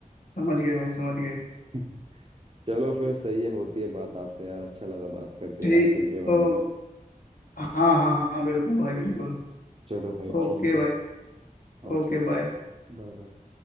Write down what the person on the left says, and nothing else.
समझ गए भाई समझ गए
ठीक
तो
हाँ हाँ हाँ बिल्कुल भाई बिल्कुल
ओके
भाई
Okay
bye